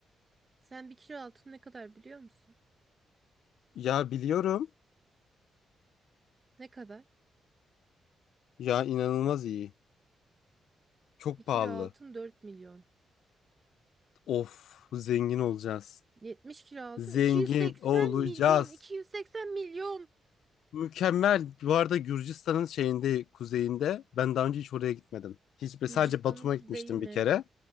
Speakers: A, on the right; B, on the left.
A: Sen bir kilo altın ne kadar biliyor musun?
B: Ya biliyorum.
A: Ne kadar?
B: Ya inanılmaz iyi. Çok
A: Bir kilo
B: pahalı.
A: altın 4 milyon.
B: Of, zengin olacağız.
A: 70 kilo altın
B: Zengin
A: iki yüz seksen
B: olacağız.
A: milyon. 280 milyon.
B: Mükemmel. Bu arada Gürcistan'ın şeyinde, kuzeyinde. Ben daha önce hiç oraya gitmedim. Hiç
A: Gürcistan'ın
B: sadece Batum'a
A: kuzeyi
B: gitmiştim
A: mi?
B: bir kere.